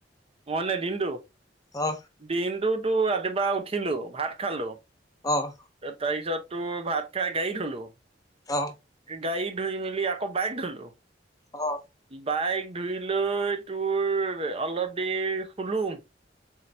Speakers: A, on the right; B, on the left.
A: মই মানে দিনটো?
B: অ
A: দিনটোতো ৰাতিপুৱা উঠিলো ভাত খালো।
B: অঁ
A: তাৰপিছত তোৰ ভাত খাই গাড়ী ধুলোঁ।
B: অ
A: গাড়ী ধুই মেলি আকৌ বাইক ধুলোঁ।
B: অ
A: বাইক ধুই লৈ তোৰ অলপ দেৰি শুলোঁ।